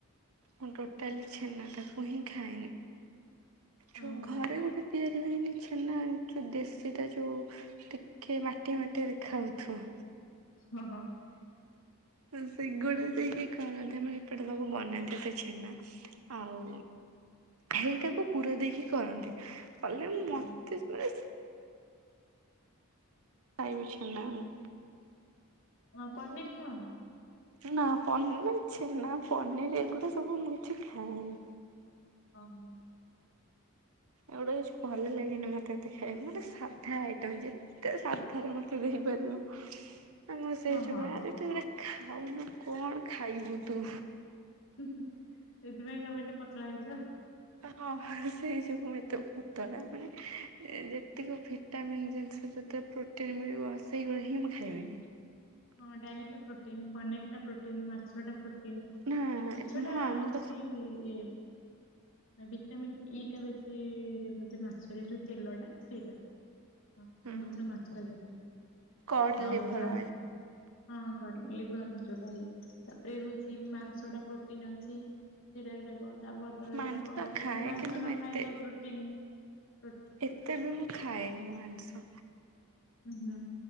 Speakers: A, on the right; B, on the left.
A: ମୁଁ ଟୋଟାଲି ଛେନାଟାକୁ ହିଁ ଖାଏନି। ଯୋଉ
B: ଓହୋ
A: ଘରେ ଗୋଟେ ତିଆରି ହୁଏନି, ଛେନା ଯୋଉ ଦେଶୀଟା ଯୋଉ ଟିକେ ମାଟିଆ ମାଟିଆ ଦେଖା ଯାଉଥିବ।
B: ହଁ ହଁ।
A: ହ ସେଇଗୁଡା ସେ କି କରନ୍ତି, ଆମର ଏପଟେ ସବୁ ବନାନ୍ତି ସେ ଛେନା। ଆଉ ହେଇଟାକୁ ପୁର ଦେଇକି କରନ୍ତି, କଲେ ମୋତେ
B: ଓହୋ
A: ବାସ ଖାଇବି ଛେନା ମୁଁ।
B: ହ ପନିର ଖାଅନି?
A: ନା ପନିର ମୋତେ ଛେନା ପନିର ଏଗୁଡା ସବୁ ମୁଁ କିଛି ଖାଏନି।
B: ଓହୋ।
A: ଏଗୁଡ଼ା କିଛି ଭଲ ଲାଗେନି ମତେ ଏତେ ଖାଇ ମାନେ ସାଧ୍ୟା ଆଇଟମ୍ ଯେ ଯେତେ ସାଧାରେ ମତେ ଦେଇପାରିବ। ଆମ ସେ
B: ହଁ
A: <unintelligible>
B: ହଁ
A: ଖାଉନୁ କଣ ଖାଇବୁ ତୁ।
B: ସେଥିପାଇଁ ତମେ ଏତେ ପତଳା ହେଇଛ।
A: ହଁ ହଁ ସେଇ ଏତେ ଭୂତଟା ମାନେ ଯେତିକ ଭିଟାମିନ୍ ଜିନିଷ ଯେତେ ପ୍ରୋଟିନ୍ ମିଳିବ ସେଇଗୁରା ହିଁ ମୁଁ ଖାଇବିନି।
B: ହଁ ଡାଲି ଟା ପ୍ରୋଟିନ୍, ପନିର ଟା ପ୍ରୋଟିନ୍, ମାଛ ଟା ପ୍ରୋ ପ୍ରୋଟିନ୍,
A: ନା
B: ମାଛ ଟା
A: ହଁ
B: ହଉଛି
A: ମୁଁ ତ
B: ଇଏ ଭିଟାମିନ୍ ଇ ଟା ବେଶୀ ମାଛରେ ଯୋଉ ତେଲ ଟା ସେଇଟା। ହଁ
A: ହୁଁ
B: ସମୁଦ୍ର ମାଛରେ ଯୋଉଟା
A: କଡ
B: ଆଉ
A: ଲିଭର
B: ତା
A: ଅଏଲ
B: ହଁ କରିବା। ଲିଭର୍ ଯୋଉଟା ହୁଏ ତାପରେ ହଉଛି ମାଂସ ଟା ପ୍ରୋଟିନ୍ ଅଛି, ସେଟା ଖାଇବ। ତା ବଦଳରେ
A: ମାଂସ ଖାଏ
B: ଯଦି ମାଂସ
A: କିନ୍ତୁ
B: ନ
A: ମୁଁ ଏତେ
B: ଖାଇଲେ ପ୍ରୋଟିନ୍ ହୁଁ।
A: ଏତେ ବି ମୁଁ ଖାଏନି ମାଂସ।
B: ହୁଁ ହୁଁ